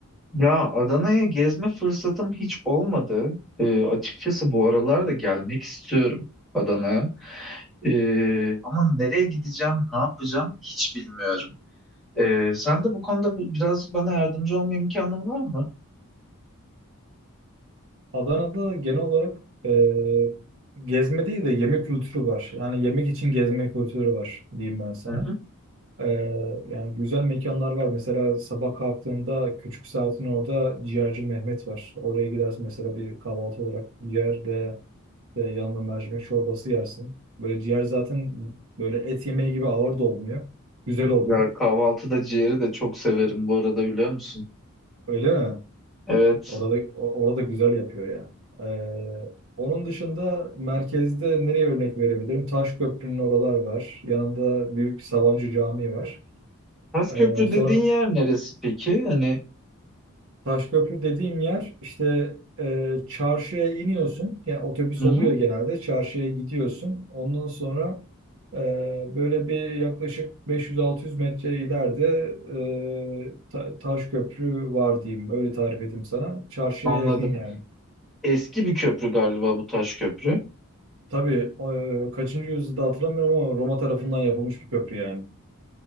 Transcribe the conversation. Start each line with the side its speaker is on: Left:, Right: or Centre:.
Centre: Ya Adana'ya gezme fırsatım hiç olmadı. Ee, açıkçası bu aralar da gelmek istiyorum Adana'ya. Ee, ama nereye gideceğim, ne yapacağım hiç bilmiyorum. Ee, sen de bu konuda bi- biraz bana yardımcı olma imkanın var mı?
Right: Adana'da genel olarak e, gezme değil de yemek kültürü var. Yani yemek için gezme kültürü var diyeyim ben sana.
Centre: Hı hı.
Right: Ee, yani güzel mekanlar var. Mesela sabah kalktığında küçük saatin orada ciğerci Mehmet var. Oraya gidersin mesela bir kahvaltı olarak ciğerle e, yanında mercimek çorbası yersin. Böyle ciğer zaten böyle et yemeği gibi ağır da olmuyor. Güzel oluyor.
Centre: Ya kahvaltıda ciğeri de çok severim bu arada biliyor musun?
Right: Öyle mi?
Centre: Evet.
Right: Orada o- orada güzel yapıyor ya. Ee, onun dışında merkezde nereye örnek verebilirim? Taşköprü'nün oralar var. Yanında Büyük Sabancı Camii var. Ee,
Centre: köprü dediğin
Right: sonra
Centre: yer neresi peki? Hani
Right: Taşköprü dediğim yer işte e, çarşıya iniyorsun. Yani otobüs
Centre: hı hı,
Right: oluyor genelde. Çarşıya gidiyorsun. Ondan sonra e, böyle bir yaklaşık 500-600 metre ileride e, Ta- Taşköprü var diyeyim. Öyle tarif edeyim sana. Çarşıya
Centre: anladım.
Right: yakın yani.
Centre: Eski bir köprü galiba bu Taşköprü.
Right: Tabii e, kaçıncı yüzyılda hatırlamıyorum ama Roma tarafından yapılmış bir köprü yani.